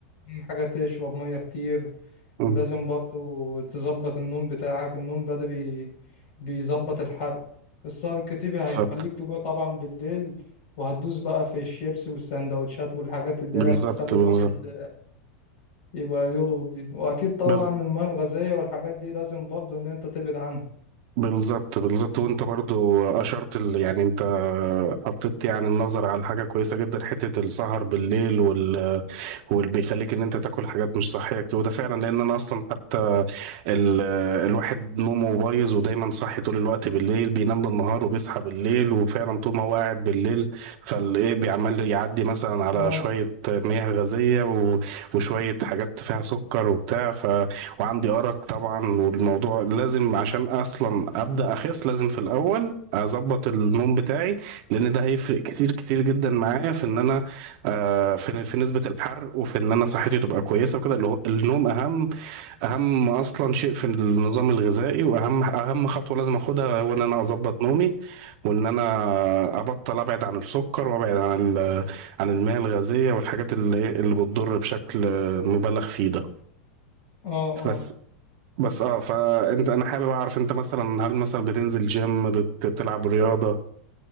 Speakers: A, on the left (about 50°); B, on the right (about 35°).
A: أهم حاجة تشرب مية كتير
B: مم.
A: ولازم برضو تظبط النوم بتاعك النوم بدري بيظبط الحرق السهر الكتير هيخليك
B: بالظبط
A: تجوع طبعا بالليل وهتدوس بقى في الشيبسي والسندوتشات والحاجات اللي
B: بالظبط
A: هي بتخلي
B: بالظبط
A: الواحد يبقى يضرب دي وأكيد طبعا
B: بز-
A: المياه الغازية والحاجات دي لازم برضو إن أنت تبعد عنها
B: بالظبط بالظبط وانت برضو اشرت ال... يعني انت حطيت يعني النظر على حاجه كويسه جدا حته السهر بالليل وال واللي بيخليك ان انت تاكل حاجات مش صحيه كتير وده فعلا لان انا اصلا حتى ال... الواحد نومه بايظ ودايما صاحي طول الوقت بالليل بينام بالنهار وبيصحى بالليل وفعلا طول ما هو قاعد بالليل فالايه بيعمل يعدي مثلا على
A: اه
B: شويه مياه غازيه و... وشويه حاجات فيها سكر وبتاع وعندي أرق طبعا والموضوع لازم عشان أصلا أبدأ أخس لازم في الأول أظبط النوم بتاعي لأن ده هيفرق كتير كتير جدا معايا في إن أنا آه، في في نسبة الحرق وفي إن أنا صحتي تبقى كويسة وكده اللي هو- النوم أهم أهم أصلا شيء في النظام الغذائي وأهم أهم خطوة لازم أخدها هو إن أنا أظبط نومي وإن أنا أبطل أبعد عن السكر وأبعد عن ال- عن المياه الغازية والحاجات اللي إيه، اللي بتضر بشكل مبالغ فيه ده
A: اه اه
B: بس بس اه فانت انا حابب اعرف انت مثلا هل مثلا بتنزل جيم بت... بتلعب رياضة